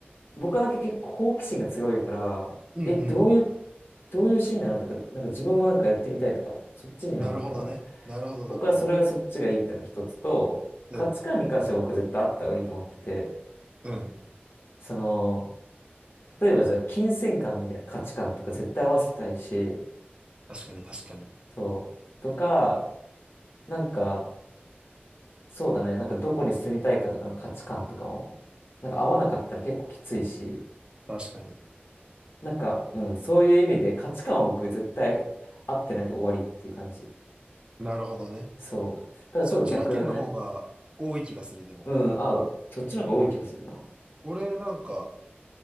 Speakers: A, on the left; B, on the right.
A: 僕はだけ結構好奇心が強いから、
B: うんうん。
A: え、どういう、どういう趣味なのとか、なんか自分もなんかやってみたいとか、そっちになるから、
B: なるほどね。なるほど、
A: 僕はそれがそっちがいいっていうのが一つと、
B: なるほど。うん、
A: 価値観に関しては僕絶対あった方がいいと思ってて、
B: うん。
A: その、例えばじゃあ金銭感みたいな価値観とか絶対合わせたいし、
B: 確かに、確かに。
A: そう、とか、なんか、そうだね。なんかどこに住みたいかとかの価値観とかも、なんか合わなかったら結構きついし、
B: 確かに。
A: なんか、うん、そういう意味で価値観は僕絶対合ってないと終わりっていう感じ。
B: なるほどね。
A: そう。だからちょっと逆だね。
B: そっちの意見の方が多い気がする、でも。
A: うん、合う。そっちの方が多い気がするな。
B: うん。俺なんか、